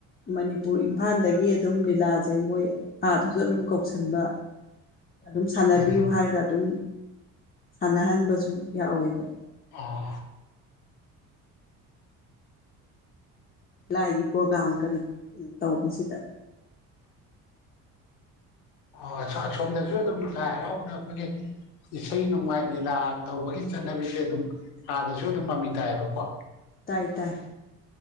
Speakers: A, on the left; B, on the left.
A: ꯃꯅꯤꯄꯨꯔ ꯏꯝꯐꯥꯟꯗꯒꯤ ꯑꯗꯨꯝ ꯂꯤꯂꯥꯁꯦ ꯃꯣꯏ ꯑꯥꯗꯨꯁꯨ ꯑꯗꯨꯝ ꯀꯧꯁꯟꯕ ꯑꯗꯨꯝ ꯁꯥꯟꯅꯕꯤꯌꯨ
B: ꯎꯝ
A: ꯍꯥꯏꯔꯒ ꯑꯗꯨꯝ ꯁꯥꯟꯅꯍꯟꯕꯁꯨ ꯌꯥꯎꯋꯦꯕ
B: ꯑꯣ
A: ꯂꯥꯏꯒꯤ ꯄ꯭ꯔꯣꯒꯥ꯭ꯔꯥꯝ ꯀꯔꯤ ꯇꯧꯕꯁꯤꯗ
B: ꯑꯣ ꯑꯁꯣꯝꯗꯁꯨ ꯑꯗꯨꯝ ꯂꯥꯏ ꯍꯔꯥꯎꯕꯗ ꯑꯩꯈꯣꯏꯒꯤ ꯏꯁꯩ ꯅꯣꯡꯃꯥꯏ ꯂꯤꯂꯥ ꯇꯧꯕꯒꯤ ꯆꯠꯅꯕꯤꯁꯦ ꯑꯗꯨꯝ ꯑꯥꯗꯁꯨ ꯗꯨꯝ ꯃꯃꯤ ꯇꯥꯏꯑꯕꯀꯣ
A: ꯇꯥꯏ ꯇꯥꯏ